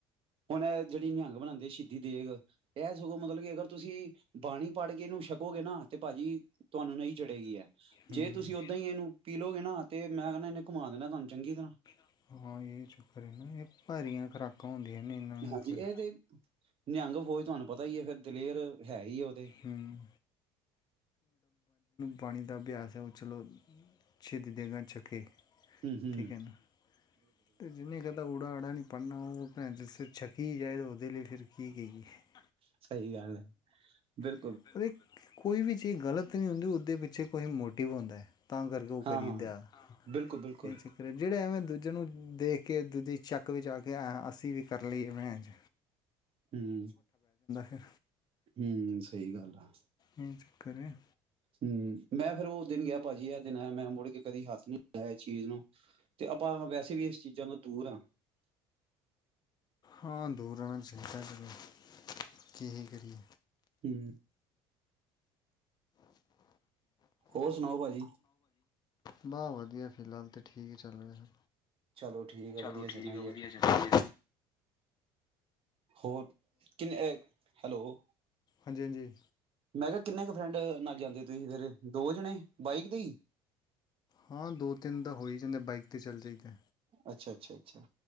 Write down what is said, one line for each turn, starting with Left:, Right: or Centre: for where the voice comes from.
Right: ਹੁਣ ਜਿਹੜੀ ਨਿਹੰਗ ਬਣਾਉਂਦੇ ਆ ਸ਼ਹੀਦੀ ਦੇ ਗਾ ਇਹ ਸਗੋਂ ਮਤਲਬ ਕਿ ਅਗਰ ਤੁਸੀਂ ਬਾਣੀ ਪਾੜ ਕੇ ਇਹਨੂੰ ਛਕੋਗੇ ਨਾ ਤੇ ਭਾਜੀ ਤੁਹਾਨੂੰ ਨਹੀਂ ਚੜੇਗੀ ਹੈ
Left: ਹਮ
Right: ਜੇ ਤੁਸੀਂ ਓਦਾਂ ਹੀ ਇਹਨੂੰ ਪੀਲੋਗੇ ਨਾ ਤੇ ਮੈਂ ਕਹਿੰਦਾ ਇਹਨੇ ਘੁਮਾ ਦੇਿੰਦਾ ਤੁਹਾਨੂੰ ਚੰਗੀ ਤਰ੍ਹਾਂ
Left: ਦੇਣਾ ਹਾਂ ਇਹ ਚੱਕਰ ਇਹ ਭਾਰੀਆਂ ਖੁਰਾਕਾਂ ਹੁੰਦੀਆਂ ਨੇ ਇਹਨਾਂ ਨੂੰ
Right: ਹਾਂਜੀ
Left: ਫਿਰ
Right: ਇਹ ਤੇ ਨਿਹੰਗ ਪਤਾ ਹੀ ਹੈ ਫੇਿਰ ਦਲੇਰ ਹੈ ਹੀ ਆ ਉਹਦੇ
Left: ਹੂੰ ਪਾਣੀ ਦਾ ਅਭਿਆਸ <unintelligible> <unintelligible>
Right: ਹਮ ਹਮ
Left: ਠੀਕ ਹੈ ਨਾ ਤੇ ਜਿਨੇ ਕਹਿੰਦਾ ਉੜਾ ਅੜਾ ਨ ਪੜ੍ਹਨਾ ਜਿਸ ਛੱਕੀ ਜਾਵੇ ਤਾਂ ਉਹਦੇ ਲਈ ਫਿਰ ਕੀ ਕਹੀਏ
Right: ਸਹੀ ਗੱਲ ਹੈ ਬਿਲ
Left: <unintelligible> ਕੋਈ ਵੀ ਚੀਜ਼ ਗਲਤ ਨਹੀਂ ਹੁੰਦੀ ਉਹਦੇ ਪਿੱਛੇ ਕੁਈ ਮੋਟਿਵ ਹੁੰਦਾ ਤਾਂ ਕਰਕੇ ਉਹ
Right: ਹਾਂ
Left: ਕਰੀਦਾ
Right: ਹਾਂ ਬਿਲਕੁਲ ਬਿਲਕੁਲ
Left: ਇਹ ਚੱਕਰ ਹੈ ਜਹੜੇ ਐਵੇਂ ਦੂਜੇ ਨੂੰ ਦੇਖ ਕੇ ਦੂਜੀ ਚੱਕ ਵਿੱਚ ਆ ਕੇ ਕਿ ਅਸੀਂ ਵੀ ਕਰ ਲਈਏ ਮੈਂਚ
Right: ਹਮ
Left: ਫਿਰ
Right: ਹਮ ਸਹੀ ਗੱਲ ਆ
Left: ਇਹ ਚੱਕਰ ਹੈ
Right: ਹੂੰ ਮੈਂ ਦਿਨ ਗਿਆ ਭਾਜੀ ਇਹ ਦਿਨ ਆਇ ਮੈਂ ਮੁੜ ਕੇ ਕਦੀ ਹੱਥ ਨਹੀਂ ਲਦਾ ਇਸ ਚੀਜ਼ ਨੂੰ ਤੇ ਆਪਾਂ ਵੈਸੇ ਵੀ ਇਸ ਚੀਜ਼ਾਂ ਨੂੰ ਦੂਰ ਹਾਂ
Left: ਹਾਂ ਦੂਰ ਰਹਿਣਾ ਚਾਹੀਦਾ ਜ ਕੀ ਹੀ ਕਰੀਏ
Right: ਹਮ ਹੋਰ ਸੁਣਾਓ ਭਾਜੀ
Left: ਬਾਹ ਵਧੀਆ ਫਿਲਹਾਲ ਤਾਂ ਠੀਕ ਚੱਲ ਰਿਹਾ
Right: ਚਲੋ ਠੀਕ ਆ
Left: ਚਲੋ
Right: ਵਧੀਆ ਚੱਲਣਾ
Left: ਠੀਕ
Right: ਯਾਰ,
Left: ਆ ਵਧੀਆ ਚਣਾਗੇ
Right: ਹੋਰ ਕਿੰਨੇ ਹੈਲੋ
Left: ਹਾਂਜੀ ਹਾਂਜੀ
Right: ਮੈਂ ਕਿਹਾ ਕਿੰਨੇ ਕੁ ਫਰੈਂਡ ਨਾਲ ਜਾਂਦੇ ਤੁਸੀਂ ਫਿਰ ਦੋ ਜਣੇ ਬਾਈਕ ਤੇ ਹੀ
Left: ਹਾਂ ਦੋ ਤਿੰਨ ਦਾ ਹੋ ਹੀ ਜਾਂਦਾ ਬਾਈਕ ਤੇ ਚੱਲ ਜਾਈਦਾ
Right: ਅੱਛਾ ਅੱਛਾ ਅੱਛਾ